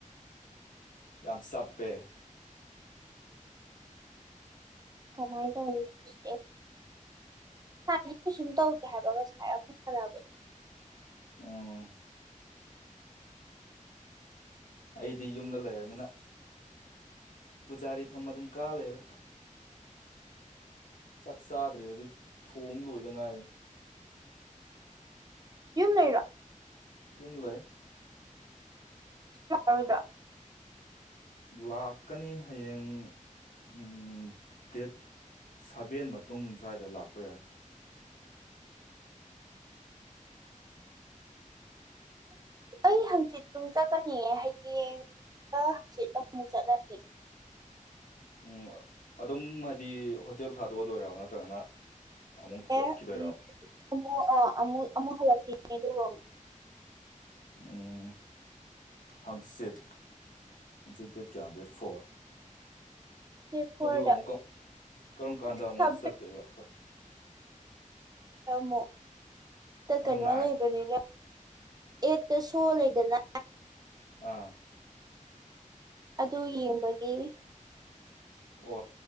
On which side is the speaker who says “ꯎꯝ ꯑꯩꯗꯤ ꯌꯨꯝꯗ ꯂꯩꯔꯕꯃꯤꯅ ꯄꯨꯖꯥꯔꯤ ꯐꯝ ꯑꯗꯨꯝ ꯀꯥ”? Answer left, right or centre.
Left